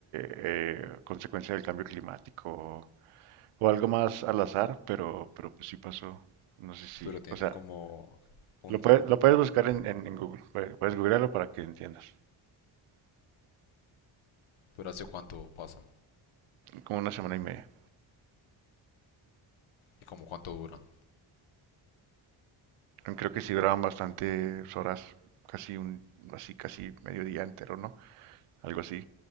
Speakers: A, on the right (about 80°); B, on the left (about 70°).
A: eh, consecuencia del cambio climático o algo más al azar, pero, pero pues sí pasó, no sé si,
B: pero tienen
A: o sea,
B: como un...
A: lo puedes, lo puedes buscar en, en, en Google, puedes, puedes googlearlo para que entiendas,
B: ¿Pero hace cuánto pasan?
A: como una semana y media,
B: ¿Y como cuánto duran?
A: creo que sí duraban bastantes horas, casi un, así, casi medio día entero, ¿no? Algo así,